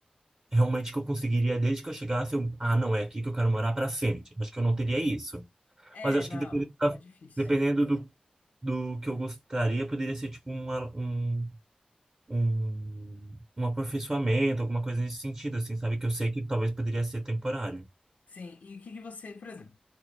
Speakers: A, on the right; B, on the left.
A: realmente que eu conseguiria, desde que eu chegasse, eu, ah, não, é aqui que eu quero morar para sempre. Acho que eu não teria isso.
B: É,
A: Mas acho
B: não,
A: que dependendo, da-
B: isso é difícil.
A: dependendo do, do que eu gostaria, poderia ser tipo uma, um, um, um aperfeiçoamento, alguma coisa nesse sentido, assim, sabe? Que eu sei que talvez poderia ser temporário.
B: Sim, e o que que você, por exemplo,